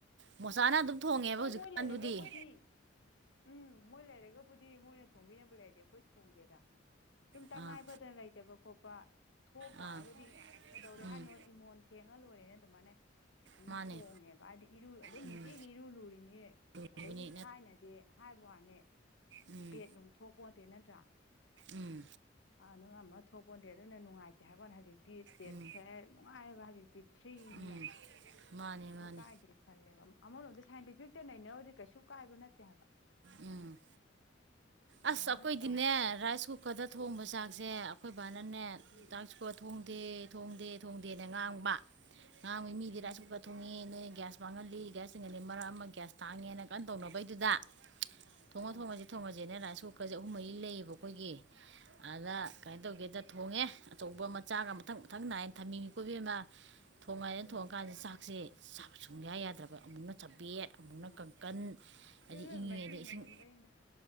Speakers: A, on the right; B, on the left.
A: ꯃꯣꯁꯥꯥꯟ ꯑꯗꯨꯝ ꯊꯣꯡꯉꯦꯕ
B: ꯍꯣꯏ
A: ꯍꯧꯖꯤꯛꯀꯥꯟꯗꯨꯗꯤ
B: ꯃꯣꯏ ꯂꯩꯔꯒꯕꯨꯗꯤ ꯎꯝ ꯃꯣꯏ ꯂꯩꯔꯒꯕꯨ ꯕꯨꯗꯤ ꯃꯣꯏꯅ ꯊꯣꯡꯕꯤꯅꯕ ꯂꯩꯔꯗꯤ ꯑꯩꯈꯣꯏ ꯊꯣꯡꯗꯦꯗ ꯁꯨꯝ ꯇꯉꯥꯏ
A: ꯑꯥ
B: ꯐꯗꯅ ꯂꯩꯇꯕ ꯈꯣꯠꯄ ꯊꯣꯛ ꯇꯥꯔꯒꯗꯤ
A: ꯑꯥ
B: ꯀꯩꯗꯧꯔꯦ
A: ꯎꯝ
B: ꯍꯥꯏꯅꯣ ꯏꯃꯣꯟ ꯁꯦꯡꯉ ꯂꯣꯏꯔꯦꯅ ꯑꯗꯨꯃꯥꯏꯅ ꯑꯗꯨꯝ
A: ꯃꯥꯅꯦ
B: ꯊꯣꯡꯉꯦꯕ ꯍꯥꯏꯗꯤ ꯏꯔꯨ ꯑꯗꯨꯝ
A: ꯎꯝ
B: ꯅꯨꯡꯇꯤꯒꯤ ꯏꯔꯨ ꯂꯨꯔꯤꯅꯤ
A: ꯂꯨꯕꯅꯤ
B: ꯑꯗꯒꯤ ꯊꯥꯏꯅꯗꯤ ꯍꯥꯏꯕ ꯋꯥꯅꯤ
A: ꯎꯝ
B: ꯄꯦꯠ ꯅꯨꯡꯊꯣꯛꯄꯣꯠꯇꯦ ꯅꯠꯇ꯭ꯔꯥ
A: ꯎꯝ
B: ꯑ ꯑꯗꯨ ꯑꯃ ꯊꯣꯛꯄꯣꯟꯗꯤꯦ ꯑꯗꯨꯅ ꯅꯨꯡꯉꯥꯏꯇꯦ ꯍꯥꯏꯕ ꯍꯧꯖꯤꯛ ꯍꯧꯖꯤꯛꯇꯤ ꯄꯦꯠ
A: ꯎꯝ
B: ꯊꯦ ꯅꯨꯡꯉꯥꯏꯕ ꯍꯧꯖꯤꯛꯇꯤ ꯐ꯭ꯔꯤꯅꯤꯅ
A: ꯎꯝ ꯃꯥꯅꯦ
B: ꯀꯩꯁꯨ
A: ꯃꯥꯅꯦ
B: ꯀꯥꯏꯗꯦ ꯈꯜꯂꯦꯕ ꯑꯃꯔꯣꯝꯗ ꯁꯥꯏꯟꯇꯤꯐꯤꯛꯇ ꯅꯩꯅꯧ ꯀꯩꯁꯨ ꯀꯥꯏꯕ ꯅꯠꯇꯦ ꯍꯥꯏꯕ
A: ꯎꯝ
B: ꯑꯗꯨꯃꯥꯏꯅ
A: ꯑꯁ ꯑꯩꯈꯣꯏꯗꯤꯅꯦ
B: ꯇꯧꯔꯦ
A: ꯔꯥꯏꯁ ꯀꯨꯀꯔꯗ ꯊꯣꯡꯕ ꯆꯥꯛꯁꯦ ꯕꯥꯅꯅꯦ
B: ꯎꯝ
A: ꯆꯥꯛꯁꯨꯀꯣ ꯊꯣꯡꯗꯦ
B: ꯎꯝ
A: ꯊꯣꯡꯗꯦ ꯊꯣꯡꯗꯦꯅ ꯉꯥꯡꯕ ꯉꯥꯡꯕꯩ ꯃꯤꯗꯤ
B: ꯎꯝ
A: ꯔꯥꯏꯁ ꯀꯨꯀꯔ ꯊꯣꯡꯉꯦ ꯅꯣꯏ ꯒ꯭ꯌꯥꯁ ꯃꯥꯡꯍꯜꯂꯤ ꯒ꯭ꯌꯥ ꯆꯤꯡꯒꯜꯂꯤ ꯃꯔꯛ ꯑꯃ ꯒ꯭ꯌꯥ ꯇꯥꯡꯉꯦꯅ ꯀꯩꯅ ꯇꯧꯅꯕꯩꯗꯨꯗ ꯊꯣꯡꯉ
B: ꯎꯝ
A: ꯊꯣꯡꯉꯁ ꯊꯣꯡꯉꯁꯅꯦ ꯂꯁꯨꯀꯁꯨ ꯑꯍꯨꯝꯍꯩ ꯂꯩꯌꯦꯕ ꯑꯩꯈꯣꯏꯒꯤ ꯑꯗꯨꯗ ꯀꯃꯥꯏꯅ ꯇꯧꯒꯦꯗ ꯊꯣꯡꯉꯦ ꯑꯆꯧꯕ ꯃꯆꯥꯒ ꯃꯊꯪ ꯃꯊꯪ ꯅꯥꯏꯅ ꯊꯝꯅꯤꯡꯉꯤ ꯀꯣꯕꯤ ꯑꯃ ꯊꯣꯡꯉꯥꯏꯗꯅ
B: ꯎꯝ
A: ꯊꯣꯡꯉꯀꯥꯟꯗ ꯆꯥꯛꯁꯤꯛ ꯁꯨꯡꯌꯥ ꯌꯥꯗ꯭ꯔꯕ ꯑꯃꯨꯛꯅ ꯆꯄꯦꯠ ꯑꯃꯨꯛꯅ
B: ꯎꯝ
A: ꯄꯟ ꯍꯥꯏꯗꯤ
B: ꯑꯗꯨ
A: ꯏꯪꯉꯤꯉꯩꯗ
B: ꯃꯍꯤ
A: ꯏꯁꯤꯡ
B: ꯍꯦꯃꯟꯕꯩꯅ